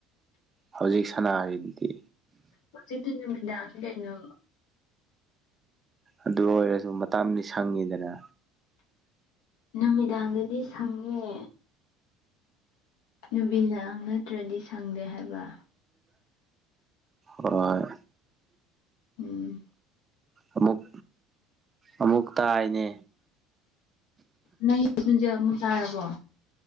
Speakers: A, on the right; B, on the left.
A: ꯍꯧꯖꯤꯛ ꯁꯥꯟꯅꯔꯤꯗꯨꯗꯤ
B: ꯍꯧꯖꯤ ꯀ ꯅꯨꯃꯤꯗꯥ ꯀꯩꯅꯣ
A: ꯑꯗꯨ ꯑꯣꯏꯔꯁꯨ ꯃꯇꯝꯗꯤ ꯁꯪꯉꯤꯗꯅ
B: ꯅꯨꯃꯤꯗꯥꯡꯗꯗꯤ ꯁꯪꯉꯦ ꯅꯨꯕꯤꯗ ꯅꯠꯇ꯭ꯔꯗꯤ ꯁꯪꯗꯦ ꯍꯥꯏꯕ
A: ꯍꯣꯏ
B: ꯎꯝ
A: ꯑꯃꯨꯛ ꯑꯃꯨꯛ ꯇꯥꯏꯅꯦ
B: ꯅ ꯈꯨꯟꯁꯦ ꯑꯃꯨꯛ ꯇꯥꯔꯕꯣ